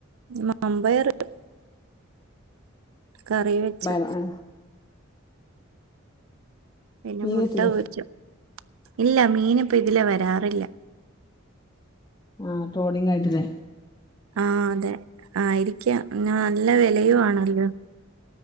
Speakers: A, on the right; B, on the left.
A: മാമ്പയറിട്ട് കറി വെച്ചു.
B: വയറ ആ,
A: പിന്നെ
B: മീൻ
A: മുട്ട
B: കിട്ടില്ലേ
A: പൊരിച്ചു. ഇല്ല മീനിപ്പം ഇതിലേ വരാറില്ല.
B: ആ ട്രോളിങ് ആയിട്ടല്ലേ?
A: ആ അതെ ആയിരിക്കാം. പിന്നെ നല്ല വെലയും ആണല്ലോ.